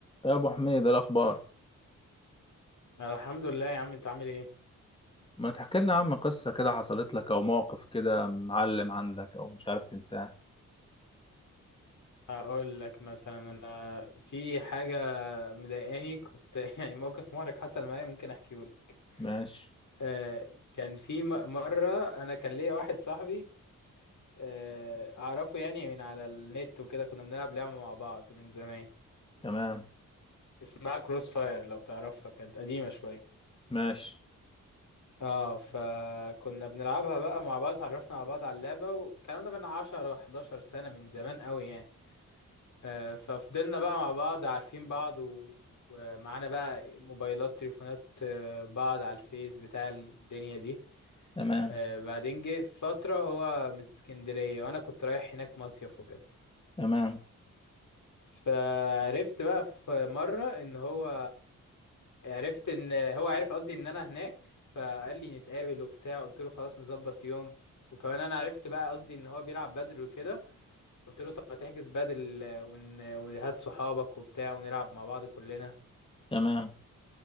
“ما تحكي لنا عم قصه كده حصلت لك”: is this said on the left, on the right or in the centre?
Left